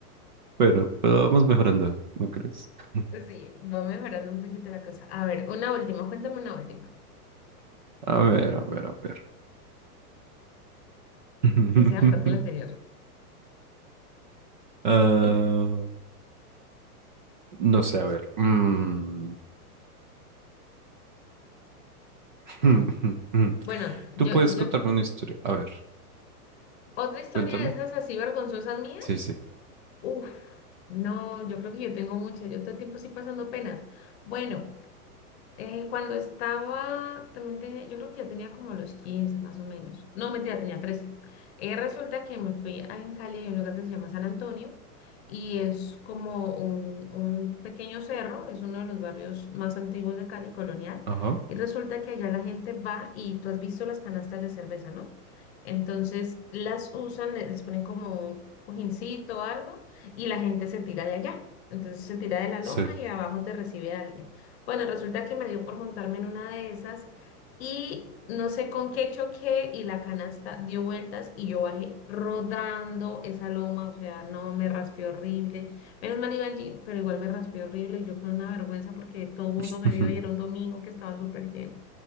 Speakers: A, on the right; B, on the left.
A: Bueno, pero vamos mejorando, ¿no crees? <laughs>
B: Sí, va mejorando un poquito la cosa. A ver, una última, cuéntame una última,
A: A ver, a ver, a ver. <laughs>
B: que sea mejor que la anterior.
A: Ah,
B: <laughs>
A: no sé, a ver. mm, <laughs>
B: Ah, bueno, yo,
A: Tú puedes
B: yo,
A: contarme una historia. A ver,
B: otra historia
A: cuéntame.
B: de esas así vergonzosas mía.
A: Sí, sí.
B: Uf, no, yo creo que yo tengo muchas, yo todo el tiempo estoy pasando penas. Bueno. Eh, cuando estaba, también tenía, yo creo que ya tenía como los 15 más o menos. No, mentira, tenía 13. Eh, resulta que me fui a, en Cali, hay un lugar que se llama San Antonio y es como un, un pequeño cerro, es uno de los barrios más antiguos de Cali, colonial.
A: Ajá.
B: Y resulta que allá la gente va y tú has visto las canastas de cerveza, ¿no? Entonces las usan, le- les ponen como un cojincito o algo y la gente se tira de allá. Entonces se tira de la loma
A: Sí.
B: y abajo te recibe alguien. Bueno, resulta que me dio por montarme en una de esas y no sé con qué choqué y la canasta dio vueltas y yo bajé rodando esa loma, o sea, no, me raspé horrible. Menos mal iba en jean, pero igual me raspé horrible y yo con una vergüenza porque todo el mundo
A: <laughs>
B: me vio y era un domingo que estaba súper lleno.